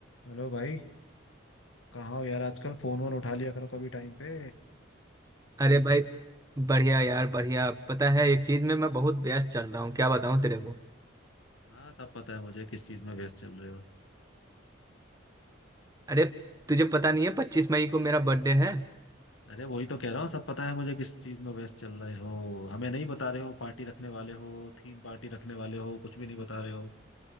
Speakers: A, on the left; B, on the right.
A: Hello भाई कहाँ हो यार आजकल फोन वोन उठा लिया करो कभी टाइम पे
B: अरे भाई बढ़िया यार बढ़िया पता है एक चीज में मैं बहुत व्यस्त चल रहा हूँ क्या बताऊँ तेरे को
A: हाँ सब पता है मुझे किस चीज में व्यस्त चल रहे हो
B: अरे तुझे पता नहीं है पच्चीस मई को मेरा बर्थडे है
A: अरे वही तो कह रहा हूँ सब पता है मुझे किस चीज में व्यस्त चल रहे हो हमें नहीं बता रहे हो पार्टी रखने वाले हो थीम पार्टी रखने वाले हो कुछ भी नहीं बता रहे हो